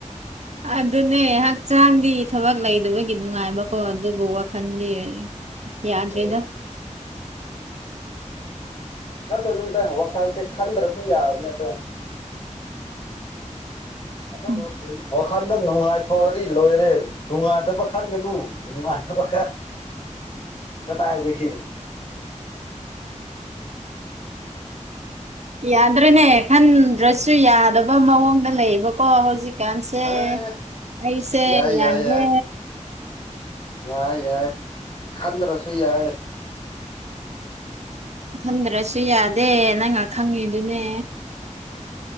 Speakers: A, on the right; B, on the left.
A: ꯑꯗꯨꯅꯦ ꯍꯛꯆꯥꯡꯗꯤ ꯊꯕꯛ ꯂꯩꯗꯕꯒꯤ ꯅꯨꯡꯉꯥꯏꯕꯀꯣ ꯑꯗꯨꯕꯨ ꯋꯥꯈꯜꯗꯤ ꯌꯥꯗ
B: ꯑꯦ
A: ꯑꯣꯏꯦꯗ
B: ꯈꯜꯂꯨ ꯇꯪ ꯋꯥꯈꯜꯁꯦ ꯈꯟꯗ꯭ꯔꯁꯨ ꯌꯥꯕꯅꯦ ꯑꯗꯣ ꯝ
A: ꯎꯝ
B: ꯋꯥꯈꯟꯗ ꯅꯨꯡꯉꯥꯏꯊꯣꯛꯑꯗꯤ ꯂꯣꯏꯔꯦ ꯅꯨꯡꯉꯥꯏꯇꯕ ꯈꯟ ꯄ ꯀꯥ ꯀ ꯇꯥꯏꯗꯤ
A: ꯌꯥꯗ꯭ꯔꯦꯅꯦ ꯈꯟꯗ꯭ꯔꯁꯨ ꯌꯥꯗꯕ ꯃꯑꯣꯡꯗ ꯂꯩꯌꯦꯕꯀꯣ ꯍꯧꯖꯤꯛ ꯀꯥꯟꯁꯦ
B: ꯑꯦ
A: ꯑꯩꯁꯦ
B: ꯌꯥꯏ
A: ꯌꯥꯗ꯭ꯔꯦ
B: ꯌꯥꯏ ꯌꯥꯏ ꯌꯥꯏ ꯌꯥꯏ ꯈꯟꯗ꯭ꯔꯁꯨ ꯌꯥꯏ
A: ꯊꯟꯗ꯭ꯔꯁꯨ ꯌꯥꯗꯦ ꯅꯪ ꯉ ꯈꯪꯉꯤꯗꯨꯅꯦ